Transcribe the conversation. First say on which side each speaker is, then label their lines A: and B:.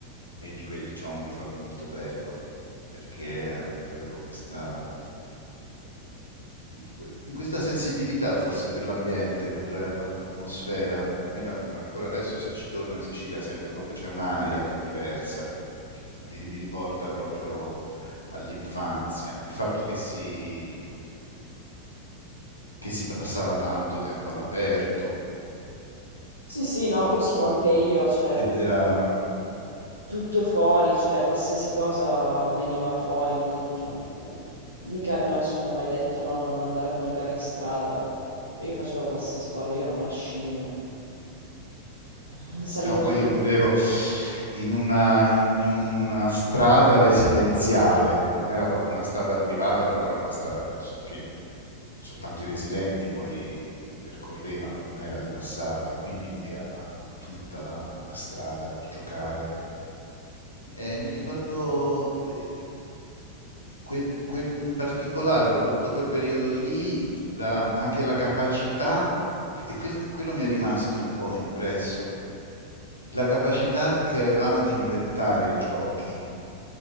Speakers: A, on the left; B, on the right.
A: e di quelli ho un ricordo molto bello, perché eh, avevo questa, que- questa sensibilità forse per l'ambiente, per eh, l'atmosfera. Per me la- ancora adesso se ci torno in Sicilia sento proprio c'è un'aria che è diversa, che, che mi, ri- mi riporta proprio all'infanzia. Il fatto che si che si passava tanto tempo all'aperto,
B: Sì, sì, no,
A: perché
B: questo
A: c- mh,
B: anche io, cioè...
A: ed era... mm,
B: tutto fuori, cioè qualsiasi cosa veniva fuori, non- cioè, mh, mica a noi ci hanno mai detto no, non andare a giocare in strada. Io facevo qualsiasi cosa, io ero una scimmia, <laughs> salivo
A: No, poi
B: sulle
A: io vivevo in una, in- in una strada residenziale, che non era proprio una strada privata, però era una strada persona- che mm, soltanto i residenti poi percorrevano, non era di passaggio, quindi noi av- avevamo tutta la, la strada per giocare. Eh, mi ricordo eh, que- quel- in particolare, proprio tutto quel periodo lì, la- anche la capacità, e quest- quello mi è rimasto un po' impresso, la capacità che avevamo di inventare i giochi.